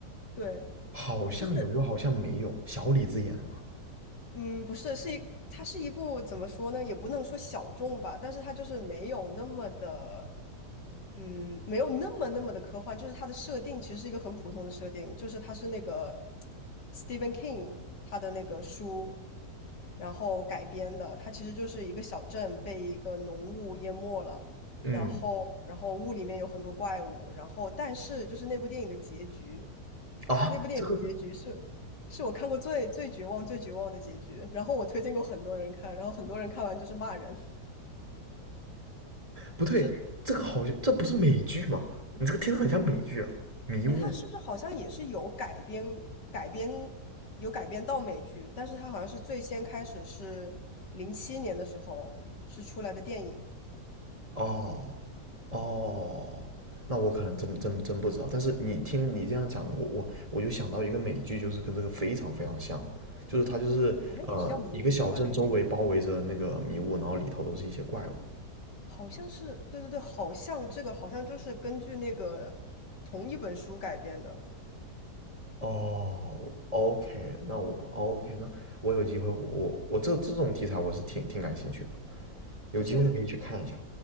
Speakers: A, on the left; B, on the right.
A: 对，
B: 好像有，
A: 就是，
B: 又好像没有。小李子演的吗？
A: 嗯，不是，是一，它是一部怎么说呢，也不能说小众吧，但是它就是没有那么的。嗯，没有那么那么的科幻，就是它的设定其实是一个很普通的设定，就是它是那个 Stephen King 他的那个书，然后改编的，它其实就是一个小镇被一个浓雾淹没了，
B: 嗯，
A: 然后然后雾里面有很多怪物，然后但是就是那部电影的结局，
B: 啊，
A: 那部电影的结局是是我看过最最绝望最绝望的结局，
B: 这个
A: 然后我推荐过很多人看，然后很多人看完就是骂人。
B: 不对，
A: 就是
B: 这个好像这不是美剧吗？你这个听着很像美剧啊。迷雾
A: 哎，它是不是好像也是有改编改编有改编到美剧？但是它好像是最先开始是零七年的时候是出来的电影，
B: 哦，哦，那我可能真真真不知道。但是你听你这样讲，我我我就想到一个美剧，就是跟这个非常非常像，就是它就是呃一个小镇周围包围着那个迷雾，
A: 好像也是叫《迷雾》对吧？那个美剧
B: 然后里头都是一些怪物。
A: 好像是对对对，好像这个好像就是根据那个同一本书改编的，
B: 哦，OK，那我哦 OK，那我有机会，我我这这种题材我是挺挺感兴趣的，有机会可以去看一下。
A: 就是